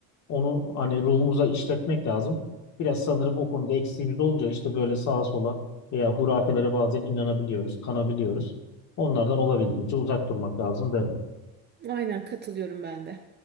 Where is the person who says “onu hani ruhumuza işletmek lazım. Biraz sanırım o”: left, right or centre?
Left